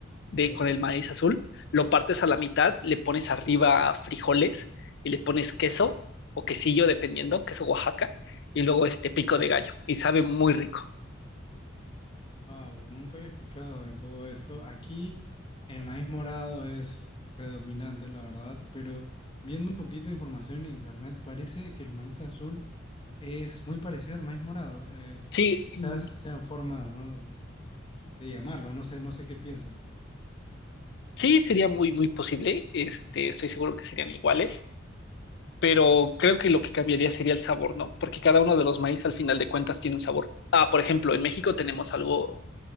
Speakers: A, on the left (about 60°); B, on the left (about 25°).
A: de
B: Ok,
A: con
B: ok.
A: el maíz azul, lo partes a la mitad, le pones arriba frijoles y le pones queso o quesillo, dependiendo, queso Oaxaca, y luego este pico de gallo, y sabe muy rico.
B: Wow, nunca había escuchado de todo eso. Aquí el maíz morado es predominante, la verdad, pero viendo un poquito de información en internet, parece que el maíz azul es muy parecido al maíz morado. Eh,
A: Sí,
B: quizás
A: mm,
B: sean formas, ¿no? de llamarlo, no sé, no sé qué piensas.
A: sí, sería muy, muy posible, este, estoy seguro que serían iguales, pero creo que lo que cambiaría sería el sabor, ¿no? Porque cada uno de los maíz al final de cuentas tiene un sabor. Ah, por ejemplo, en México tenemos algo,